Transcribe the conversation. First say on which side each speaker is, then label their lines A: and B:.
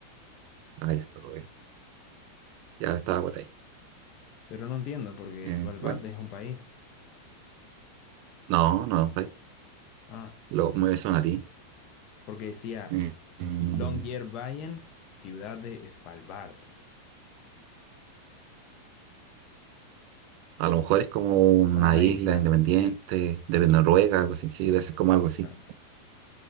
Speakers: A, on the right; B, on the left.
A: Ah, ya, Noruega. Ya estaba por ahí.
B: Pero no entiendo porque
A: Eh,
B: Svalbard
A: bueno,
B: es un país.
A: no, no es un país.
B: Ah,
A: Lo, me sonaría.
B: porque decía
A: Eh, mm,
B: Longyearbyen, ciudad de Svalbard,
A: a lo mejor es como una
B: como una
A: isla
B: isla.
A: independiente
B: Sí.
A: de Noruega, algo así. Sí, debe ser como algo así.
B: Ah.